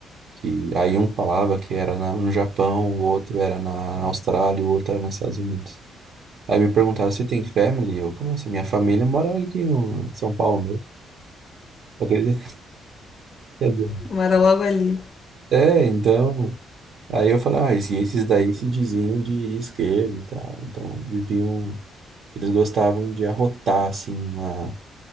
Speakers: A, on the right; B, on the left.
A: que aí um falava que era na- no Japão, o outro era na, na Austrália, o outro era nos Estados Unidos. Aí me perguntaram, você tem family? Eu, como assim? Minha família mora aqui no em São Paulo Acredito que é bom.
B: mora logo ali.
A: É, então. Aí eu falei, ah, esses esses daí se diziam de esquerda e tal. Então, viviam. Eles gostavam de arrotar, assim, uma,